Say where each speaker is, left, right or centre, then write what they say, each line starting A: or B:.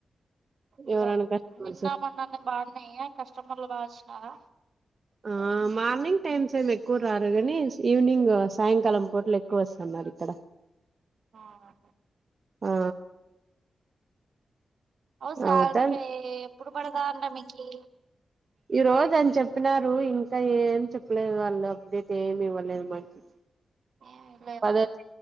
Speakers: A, on the right; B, on the right.
A: ఇగో
B: ఎవరైనా కస్టమర్స్
A: నిన్నా మొన్నా బాగున్నాయ కస్టమర్లు బాగ వచ్చినార
B: ఆ మార్నింగ్ టైమ్స్ ఏమి ఎక్కువ రారు కానీ ఈవినింగ్ సాయంకాలం పూటలు ఎక్కువ వస్తాన్నారు ఇక్కడ
A: ఆహ
B: ఆ
A: ఓ శాలరీ
B: అవుతాం
A: ఎప్పుడు పడదాంట మీకి
B: ఈ రోజు అని చెప్పినారు ఇంక ఏం చెప్పలేదు వాళ్ళు అప్డేట్ ఏమి ఇవ్వలేదు మనకి
A: ఏమి లేదా
B: పద